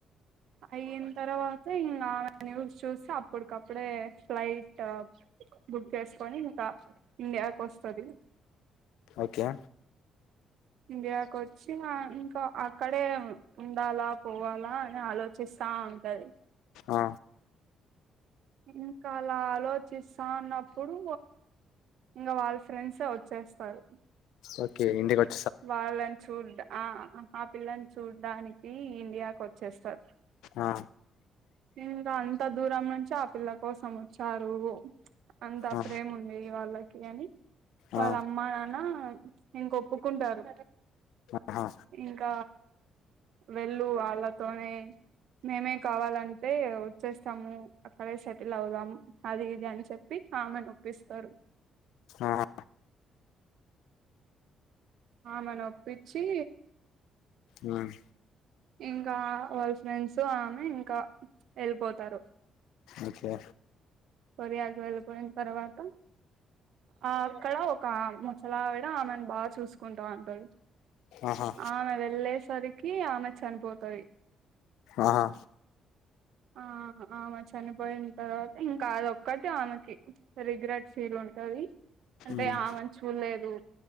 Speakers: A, on the right; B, on the left.
A: అయిన్ తర్వాత ఇంగామె న్యూస్ చూసి అప్పటికప్పుడే ఫ్లైట్ బుక్ చేసుకొని, ఇంకా ఇండియాకు వస్తది.
B: ఓకె
A: ఇండియాకొచ్చి హ ఇంకా అక్కడే ఉండాలా పోవాలా అని ఆలోచిస్తా ఉంటది.
B: ఆ
A: ఇంకా అలా ఆలోచిస్తా ఉన్నప్పుడు ఇంక వాళ్ళ ఫ్రెండ్సే వచ్చేస్తారు.
B: ఓకె ఇంటికొత్
A: వాళ్ళని చూడ్డా ఆ ఆ పిల్లని చూడ్డానికి ఇండియాకొచ్చేస్తారు.
B: ఆ
A: ఇంకా అంత దూరం నుంచి ఆ పిల్ల కోసం వచ్చారు. అంతా
B: ఆ
A: ప్రేముంది ఇగ వాళ్ళకి అని, వాళ్ళ
B: ఆ
A: అమ్మ, నాన్న ఇంక ఒప్పుకుంటారు.
B: ఆహా
A: ఇంక వెళ్ళు వాళ్ళతోనే మేమే కావాలని తె వచ్చేస్తాము అక్కడే సెటిల్ అవుదాము అది ఇది అని చెప్పి ఆమెనొప్పిస్తారు.
B: ఆహా
A: ఆమెని ఒప్పిచ్చి
B: మ్మ్
A: ఇంకా వాళ్ళ ఫ్రెండ్సు ఆమె ఇంకా వెళ్ళిపోతారు.
B: ఓకే
A: కొరియాకి వెళ్ళిపోయిన తర్వాత, ఆ అక్కడ ఒక ముసలావిడ ఆమెను బా చూసుకుంటాంటది.
B: ఆహా
A: ఆమె వెల్లెసరి కి ఆమె చనిపోతాయి.
B: ఆహా
A: ఆ ఆమ చనిపోయిన తర్వాత ఇన్ కాదు ఒక్కటి ఆమెకి రిగ్రెట్ ఫీల్ ఉంటది. అంటే,
B: మ్మ్
A: ఆమెను చూడలేదు.